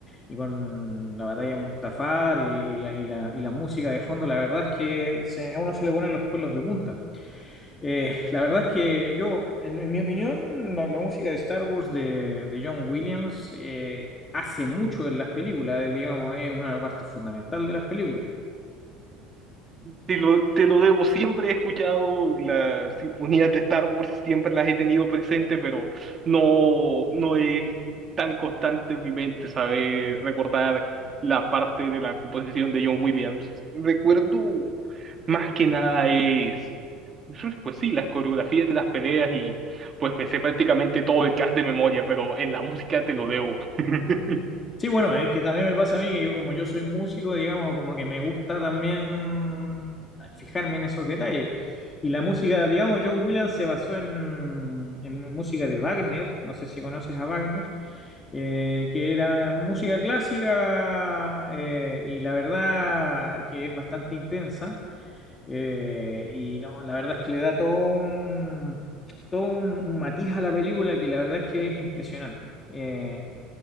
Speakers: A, on the left; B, on the right.
A: y con la batalla de Mustafar y, la, y la- y la música de fondo, la verdad es que se- a uno se le ponen los pelos de punta. Eh, la verdad es que yo, en, en mi opinión, la, la música de Star Wars de, de John Williams eh, hace mucho en las películas, eh, digamos, es una parte fundamental de las películas.
B: Te lo, te lo debo, siempre he escuchado las sinfonías de Star Wars, siempre las he tenido presente, pero no, no es tan constante en mi mente saber recordar la parte de la composición de John Williams. Recuerdo más que nada es, pues sí, las coreografías de las peleas y pues me sé prácticamente todo el cast de memoria, pero en la música te lo debo. <laughs>
A: Sí, bueno, es que también me pasa a mí que yo como yo soy músico, digamos, como que me gusta también fijarme en esos detalles. Y la música, digamos, John Williams se basó en, en música de Wagner, no sé si conoces a Wagner, eh, que era música clásica eh, y la verdad que es bastante intensa. eh, y no, la verdad es que le da todo un, todo un, un matiz a la película que la verdad es que es impresionante. Eh,